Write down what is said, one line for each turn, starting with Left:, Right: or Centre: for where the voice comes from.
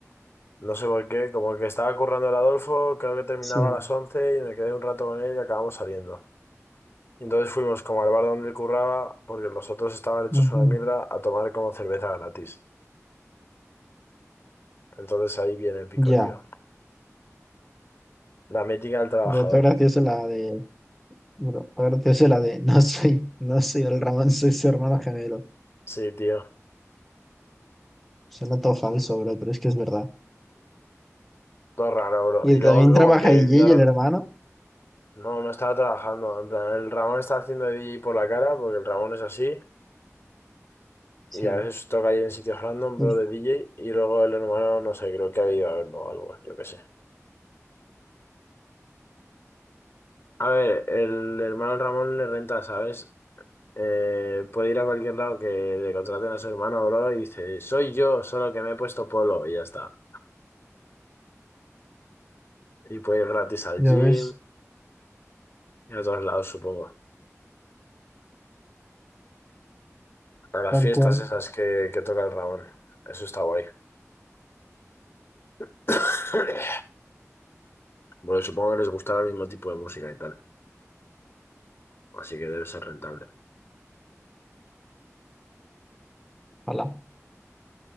Left: no sé por qué, como que estaba currando el Adolfo, creo que terminaba
Centre: sí,
Left: a las 11 y me quedé un rato con él y acabamos saliendo. Y entonces fuimos como al bar donde él curraba, porque los otros estaban hechos
Centre: ujú,
Left: una mierda, a tomar como cerveza gratis. Entonces ahí viene el pico,
Centre: Ya,
Left: tío. La mítica del trabajador.
Centre: pero está gracioso la de, pero está gracioso la de, <laughs> no soy, no soy el Ramón, soy su hermano gemelo.
Left: Sí, tío.
Centre: Suena todo falso, bro, pero es que es verdad.
Left: Todo raro, bro.
Centre: Y
Left: Y
Centre: también
Left: luego
Centre: trabaja
Left: como que
Centre: D
Left: vi
Centre: J
Left: al...
Centre: y el hermano.
Left: No, no estaba trabajando. En plan, el Ramón está haciendo de DJ por la cara, porque el Ramón es así.
Centre: Sí.
Left: Y a veces toca ahí en sitios random,
Centre: Y-
Left: bro, de DJ. Y luego el hermano, no sé, creo que ha ido a verlo o algo, yo qué sé. A ver, el hermano Ramón le renta, ¿sabes? Eh, puede ir a cualquier lado que le contraten a su hermano, bro, y dice, soy yo, solo que me he puesto polo, y ya está. Y puede ir gratis al
Centre: Ya
Left: gym
Centre: ves,
Left: y a todos lados, supongo. A las
Centre: tal
Left: fiestas
Centre: cual.
Left: esas que, que toca el Ramón. Eso está guay. <coughs> Bueno, supongo que les gustará el mismo tipo de música y tal. Así que debe ser rentable.
Centre: Ojalá.